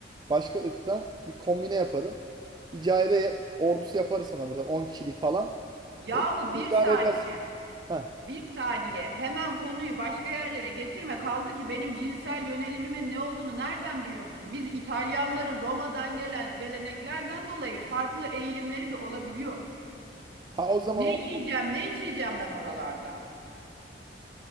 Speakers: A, on the right; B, on the right.
A: başka ırktan bir kombine yaparım. Bir cariye ordusu yaparız sana burada 10 kişilik falan.
B: Yahu bir
A: E, idare
B: saniye.
A: edersin. Ha.
B: Bir saniye. Hemen konuyu başka yerlere getirme. Kaldı ki benim cinsel yönelimimin ne olduğunu nereden biliyorsun? Biz İtalyanların Roma'dan gelen geleneklerden dolayı farklı eğilimleri de olabiliyor.
A: Ha o zaman
B: Ne yiyeceğim,
A: o
B: ne içeceğim ben oralarda?